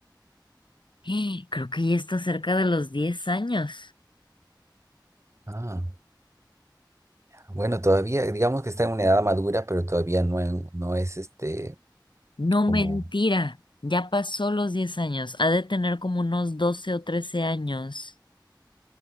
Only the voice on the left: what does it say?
<gasps> Eh, Creo que ya está cerca de los 10 años.
No
mentira, ya pasó los 10 años. Ha de tener como unos 12 o 13 años.